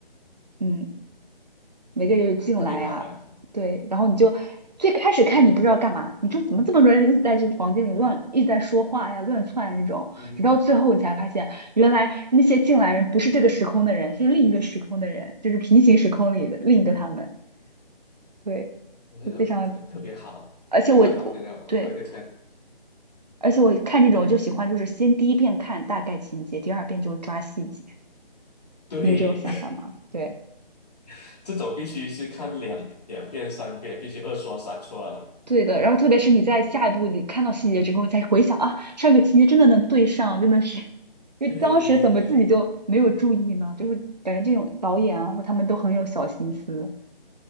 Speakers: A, on the right; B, on the left.
A: 嗯，每个人就进来啊，
B: 特别好哎，
A: 对，然后你就最开始看你不知道干嘛，你说怎么这么多人一直在这个房间里乱，一直在说话呀、乱窜啊这种，
B: 嗯，
A: 直到最后你才发现，原来那些进来人不是这个时空的人，是另一个时空的人，就是平行时空里的另一个他们，对，
B: 那种特特别好，
A: 就非常，而且我我对，
B: 非常好，非常好，我我给这个
A: 而且我看这种就喜欢，就是先第一遍看大概情节，第二遍就抓细节，
B: 对，
A: 你有这种想法吗？对。
B: <laughs> 这种必须是看两两遍、三遍，必须二刷、三刷的。
A: 对的，然后特别是你在下一步你看到细节之后再回想啊，上个情节真的能对上，真的是，因为当时怎么自己就没有注意呢？
B: 对对对对
A: 就是感觉这种导演啊，或他们都很有小心思。